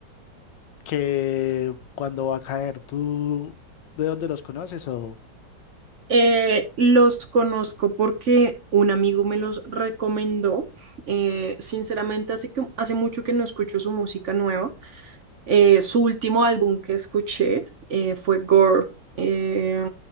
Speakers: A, on the left; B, on the right.
A: que cuando va a caer, ¿tú de dónde los conoces? O
B: Eh, los conozco porque un amigo me los recomendó. Eh, sinceramente, hace que, hace mucho que no escucho su música nueva. Eh, su último álbum que escuché eh, fue Gore, eh,